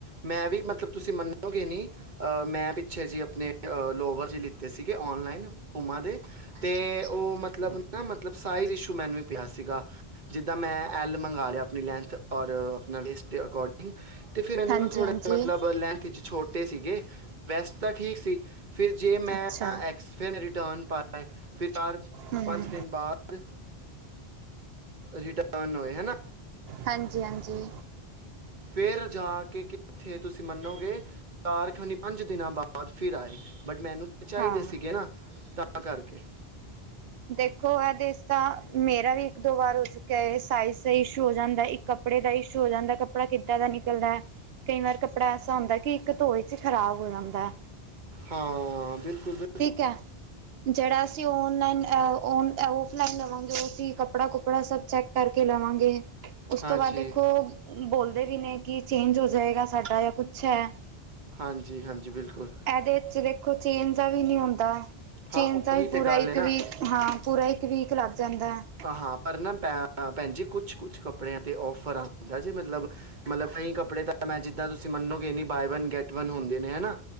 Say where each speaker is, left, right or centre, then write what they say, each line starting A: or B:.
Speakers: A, on the right; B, on the right.
A: ਮੈਂ ਵੀ ਮਤਲਬ ਤੁਸੀਂ ਮੰਨੋਗੇ ਨੀ ਅਹ ਮੈਂ ਪਿੱਛੇ ਜੇ ਅਪਣੇ ਲੋਵਰ ਜੇ ਲਿੱਤੇ ਸੀਗੇ ਔਨਲਾਈਨ ਪਯੂਮਾ ਦੇ ਅੱਛਾ ਤੇ ਓ ਮਤਲਬ ਨਾ ਮਤਲਬ ਸਾਈਜ਼ ਇਸ਼ੂ ਮੈਨੂੰ ਵੀ ਪਿਆ ਸੀਗਾ, ਜਿੱਦਾਂ ਮੈਂ ਐਲ ਮੰਗਾ ਲੇਆ ਅਪਨੀ ਲੈਂਥ ਔਰ ਆਪਣਾ ਵੇਸਟ ਦੇ ਅਕੋਡਿੰ ਡਿੰਗ ਤੇ ਫਿਰ ਮੈਨੂੰ
B: ਹਾਂਜੀ
A: ਨਾ ਥੋੜੇ
B: ਹਾਂਜੀ
A: ਮਤਲਬ ਲੈਂਥ 'ਚ ਛੋਟੇ ਸੀਗੇ। ਵੈਸੇ ਤਾਂ ਠੀਕ ਸੀ, ਫਿਰ ਜੇ ਮੈਂ
B: ਅੱਛਾ
A: ਐਕਸ ਫਿਰ ਰਿਟਰਨ ਪਾਏ ਫਿਰ ਚਾਰ
B: ਹਮ
A: ਪੰਜ ਦਿਨ ਬਾਦ ਰਿਟਰਨ ਹੋਏ ਹਨਾ।
B: ਹਾਂਜੀ-ਹਾਂਜੀ।
A: ਫੇਰ ਜਾ ਕੇ ਕਿੱਥੇ ਤੁਸੀਂ ਮੰਨੋਗੇ ਚਾਰ ਖਾਨੀ ਪੰਜ ਦਿਨਾਂ ਬਾਦ ਫਿਰ ਆਏ ਬਟ ਮੈਨੂੰ ਤਾਂ ਚਾਈਦੇ
B: ਹਾਂ
A: ਸੀਗੇ ਨਾ ਤਾਂ ਕਰਕੇ।
B: ਦੇਖੋ ਐਦੇ 'ਚ ਤਾਂ ਮੇਰਾ ਵੀ ਇੱਕ ਦੋ ਵਾਰ ਹੋ ਚੁੱਕੇਆ ਏ ਸਾਈਜ਼ ਦਾ ਇਸ਼ੂ ਹੋ ਜਾਂਦਾ ਇੱਕ ਕੱਪੜੇ ਦਾ ਇਸ਼ੂ ਹੋ ਜਾਂਦਾ ਕੱਪੜੇ ਕਿੱਦਾਂ ਦਾ ਨਿਕਲਦੈ। ਕਈ ਵਾਰ ਕੱਪੜਾ ਐਸਾ ਹੁੰਦਾ ਕਿ ਇੱਕ ਧੋ 'ਚ ਖ਼ਰਾਬ ਹੋ ਜਾਂਦਾ ਐ।
A: ਹਾਂ ਬਿਲਕੁਲ ਬਿਲ
B: ਠੀਕ ਐ? ਜੇੜਾ ਅਸੀਂ ਔਨਲਾਈਨ ਆ ਔਨ ਔਫਲਾਈਨ ਲਵਾਂਗੇ ਓ ਅਸੀਂ ਕੱਪੜਾ ਕੁਪੜਾ ਸਭ ਚੈੱਕ ਕਰਕੇ ਲਵਾਂਗੇ। ਉਸ
A: ਹਾਂਜੀ
B: ਤੋਂ ਬਾਦ ਦੇਖੋ ਬੋਲਦੇ ਵੀ ਨੇ ਕਿ ਚੇਂਜ ਹੋ ਜਾਏਗਾ ਸਾਡਾ ਯਾ ਕੁਛ ਐ।
A: ਹਾਜੀ-ਹਾਜੀ ਬਿਲਕੁਲ।
B: ਐਦੇ 'ਚ ਦੇਖੋ ਚੇਂਜ ਦਾ ਵੀ ਨੀ ਹੁੰਦਾ। ਚੇਂਜ
A: ਹਾਂ
B: ਦਾ
A: ਉਹੀ
B: ਵੀ
A: ਤੇ
B: ਪੂਰਾ
A: ਗੱਲ
B: ਇੱਕ
A: ਹੈ ਨਾ
B: ਵੀਕ ਹਾਂ ਪੂਰਾ ਇੱਕ ਵੀਕ ਲੱਗ ਜਾਂਦਾ ਐ।
A: ਹਾ ਪਰ ਨਾ ਪੈ ਭੈਣ ਜੀ ਕੁਛ-ਕੁਛ ਕੱਪੜਿਆ ਤੇ ਔਫਰ ਆਂਦਾ ਜੇ ਮਤਲਬ ਮਤਲਬ ਕਈ ਕੱਪੜੇ ਤਾਂ ਮੈ ਜਿੱਦਾ ਤੁਸੀਂ ਮੰਨੋਗੇ ਨੀ ਬਾਏ ਵਨ ਗੈਟ ਵਨ ਹੁੰਦੇ ਨੇ ਹਨਾ।